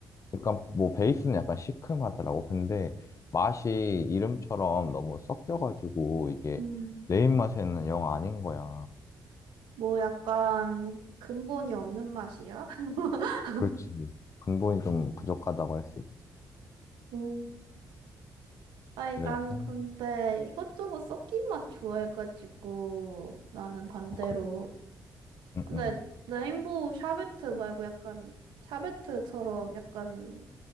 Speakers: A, on the left; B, on the right.
A: 그러니까 뭐 베이스는 약간 시큼하더라고. 근데 맛이 이름처럼 너무 섞여가지고 이게
B: 음,
A: 내 입맛에는 영 아닌 거야.
B: 뭐 약간 근본이 없는 맛이야? <laughs>
A: 그렇지. 근본이 좀 부족하다고 할 수 있지.
B: 음. 아니,
A: 그래서
B: 난
A: 음,
B: 근데 이것저것 섞인 맛 좋아해가지고 나는 반대로.
A: 어, 그래. 응,
B: 근데
A: 응.
B: 레인보우 샤베트 말고 약간 샤베트처럼 약간